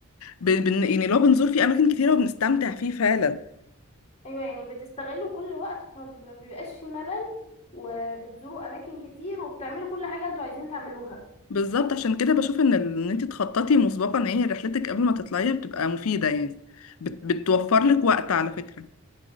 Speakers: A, on the left (about 70°); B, on the left (about 30°).
A: بن بن- يعني لو بنزور فيه أماكن كتيرة وبنستمتع فيه فعلا
B: ايوه يعني بتستغلوا كل وقت فمبيبقاش في ملل وبتزوروا اماكن كتير وبتعملوا كل حاجه انتوا عايزين تعملوها
A: بالظبط عشان كده بشوف ان ال- ان انت تخططي مسبقا ايه هي رحلتك قبل ما تطلعيها بتبقى مفيده يعني بت... بتوفر لك وقت على فكره